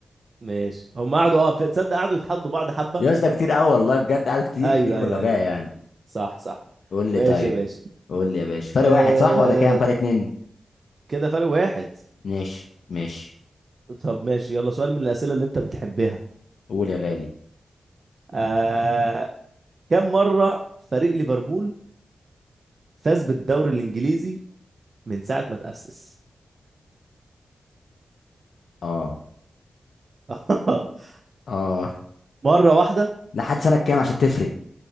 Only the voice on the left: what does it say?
يا اسطى كتير قوي والله بجد قعدوا كتير
كتير بغباء
يعني
قول لي
طيب
قول لي يا باشا فرق
واحد صح ولا كام فرق اتنين
ماشي ماشي
قول يا غالي
اه
اه
لحد سنة كام عشان تفرق